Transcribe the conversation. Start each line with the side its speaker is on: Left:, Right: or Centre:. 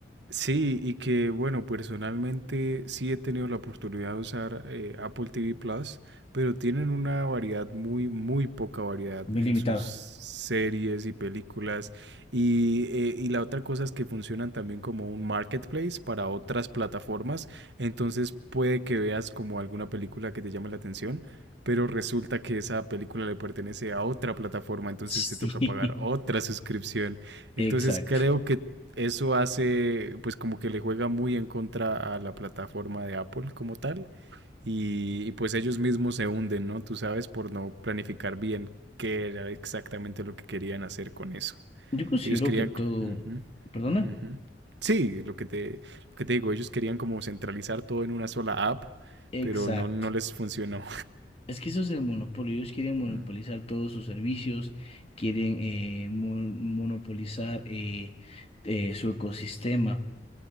Right: Sí, y que bueno, personalmente sí he tenido la oportunidad de usar eh, Apple TV Plus, pero tienen una variedad muy, muy poca variedad
Left: Muy
Right: en
Left: limitado.
Right: sus series y películas. Y, eh, y la otra cosa es que funcionan también como un marketplace para otras plataformas. Entonces puede que veas como alguna película que te llame la atención, pero resulta que esa película le pertenece a otra plataforma, entonces
Left: Sí,
Right: te toca pagar otra suscripción.
Left: <laughs> exacto.
Right: Entonces creo que eso hace, pues como que le juega muy en contra a la plataforma de Apple como tal. Y, y, pues ellos mismos se hunden, ¿no? Tú sabes, por no planificar bien qué era exactamente lo que querían hacer con eso.
Left: Yo considero
Right: Ellos querían...
Left: que todo,
Right: Uh -huh,
Left: perdona,
Right: uh -huh. Sí, lo que te, lo que te digo, ellos querían como centralizar todo en una sola app,
Left: exacto.
Right: pero no, no les funcionó.
Left: Es que eso es el monopolio. Ellos quieren monopolizar
Right: <laughs>
Left: todos sus servicios, quieren eh, mon- monopolizar eh, eh, su ecosistema,